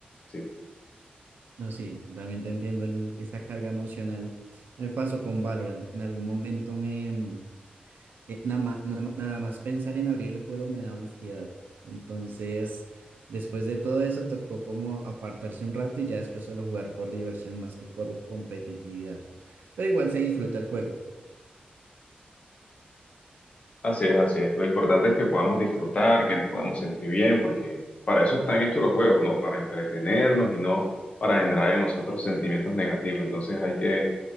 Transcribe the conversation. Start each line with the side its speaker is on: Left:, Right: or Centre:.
Left: sí.
Right: No, sí, también te entiendo el- esa carga emocional. Me pasó con Valorant. En algún momento me... mm, eh, nada ma- nada ma- nada más pensar en abrir el juego me daba ansiedad. Entonces, después de todo eso, tocó como apartarse un rato y ya después solo jugar por diversión más que por competitividad. Pero igual se disfruta el juego.
Left: Así es, así es. Lo importante es que podamos disfrutar, que nos podamos sentir bien, porque para eso están hechos los juegos, ¿no? Para entretenernos y no para generar en nosotros sentimientos negativos. Entonces hay que